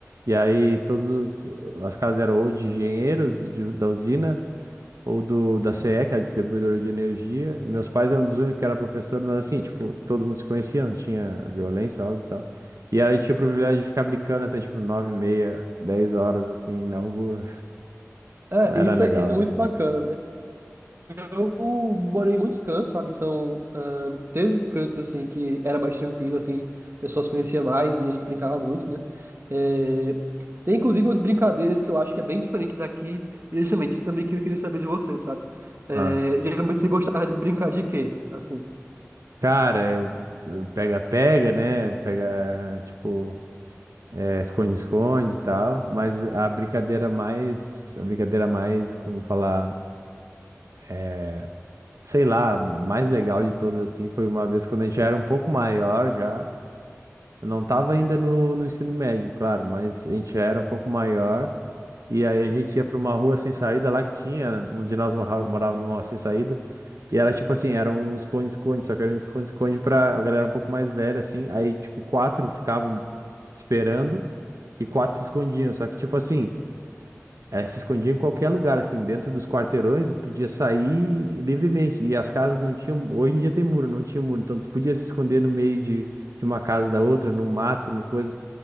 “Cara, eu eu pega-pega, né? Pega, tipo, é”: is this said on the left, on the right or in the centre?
Right